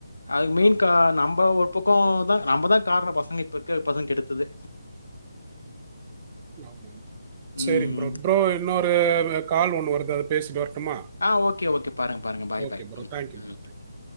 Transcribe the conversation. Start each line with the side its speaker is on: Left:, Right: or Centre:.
Left: அதுக்கு மெயின்கான்
Right: ஆமாம் ப்ரோ
Left: ஒரு பக்கோதா நம்மதா காரணம் பசங்க இப்ப இருக்க பசங்க கெடுத்தது
Right: ஆமா ப்ரோ சேரி
Left: ம்
Right: ப்ரோ ப்ரோ இன்னொரு கால் ஒன்னு வருது அத பேசிட்டு வரட்டுமா
Left: ஆ ஓகே ஓகே பாருங்க பாருங்க பாய்
Right: ஓகே
Left: பாய்
Right: ப்ரோ
Left: ம்
Right: தேங்க்யூ
Left: ம்
Right: ப்ரோ தேங்க்யூ